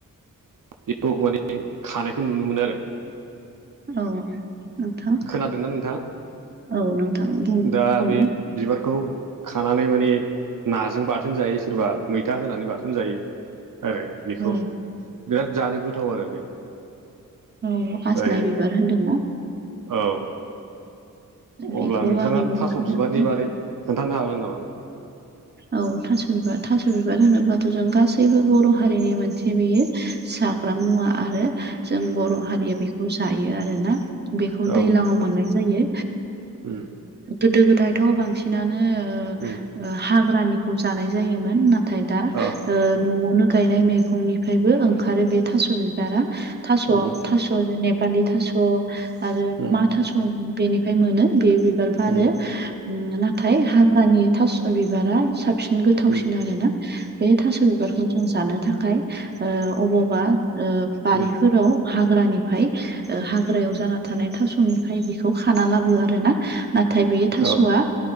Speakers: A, on the right; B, on the right.
A: बेखौ माने खानायखौ नुनो मोनो आरो।
B: औ नोंथां,
A: खोनादोंना नोंथां
B: औ नोंथां दि
A: दा
B: बुं।
A: बे बिबारखौ खानानै मानि नाजों बाथोन जायो सोरबा मैथा होनानै बाथोन जायो आरो। बिखौ,
B: औ
A: बिराद जानो गोथाव आरो बे।
B: औ,
A: ओमफ्राय
B: आजिनाय बिबार होनदोंना?
A: औ।
B: बेखौ
A: अब्ला नोंथाङा
B: आं नुफेराखै
A: थास' बिबारनि बारै खोन्थानो हागोन नामा?
B: औ थास' बिबार थास' बिबार होनोब्लाथ' जों गासैबो बर' हारिनि मोनसे बियो जाग्रा मुवा आरो जों बर' हारिया बि खौ जायो आरोना बेखौ
A: औ
B: दैलाङाव मोननाय जायो
A: उम
B: ओ गोदो गोदायथ' बांसिनानो ओ
A: उम
B: ओ हाग्रानिखौ जानाय जायोमोन ना नाथाय दा
A: औ
B: ओ न'आवनो गायनाय मैगंनिफ्रायबो ओंखारो बे थास' बिबारा थास'
A: उम
B: थास' जेनेबालि थास' आरो
A: उम
B: मा थास' बेनि फ्राय मोनो बे बिबार बारो
A: उम
B: आरो नाथाय हाग्रानि थास' बिबारा साबसिन गोथावसिन
A: उम
B: आरोना बे थास' बिबारखौ जों जानो थाखाय ओ अबावबा बारिफोराव
A: उम
B: हाग्रानिफ्राय हाग्रायाव जाना थानाय थास'निफ्राय बेखौ खाना लाबो आरो ना नाथाय बेयो थास'आ
A: औ